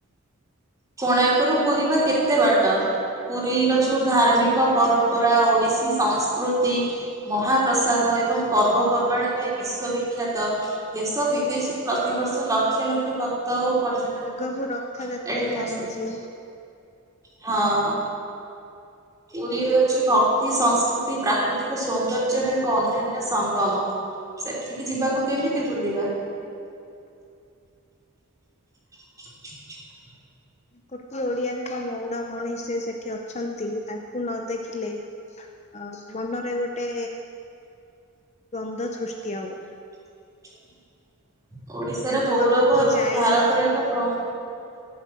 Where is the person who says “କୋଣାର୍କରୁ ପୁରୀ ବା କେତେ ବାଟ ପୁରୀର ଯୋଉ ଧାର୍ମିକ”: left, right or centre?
Right